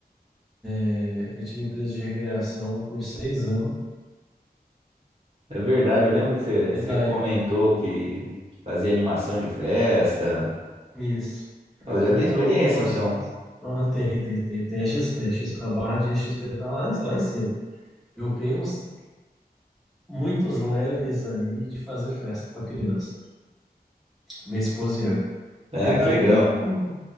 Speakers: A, in the centre; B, on the right (about 40°).
A: eh, eu tive empresa de recreação por seis anos,
B: É verdade, eu lembro que você,
A: e
B: você
A: daí,
B: comentou que fazia animação de festa.
A: isso.
B: Nossa, já
A: Então,
B: tem experiência,
A: posso.
B: então.
A: te dizer- Ah, tem, tem, tem, tem a XP, a XP, a barra de XP tá lá, em- lá em cima. Eu tenho uns- muitos leves aí de fazer festa para criança, minha esposa e eu.
B: Ah,
A: E daí,
B: que legal.
A: com.